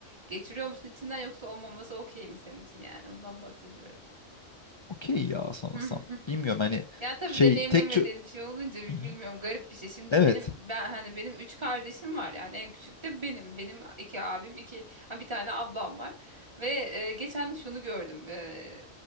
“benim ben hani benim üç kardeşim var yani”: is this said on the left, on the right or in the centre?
Right